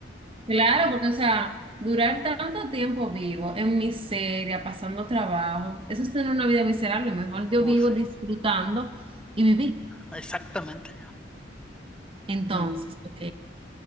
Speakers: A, on the right; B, in the centre.
A: Claro, porque, o sea, durar tanto tiempo vivo, en miseria, pasando trabajo, eso es tener una vida miserable. Mejor yo
B: Pues
A: vivo
B: sí,
A: disfrutando y viví.
B: exactamente.
A: Entonces,
B: Ujú.
A: ok.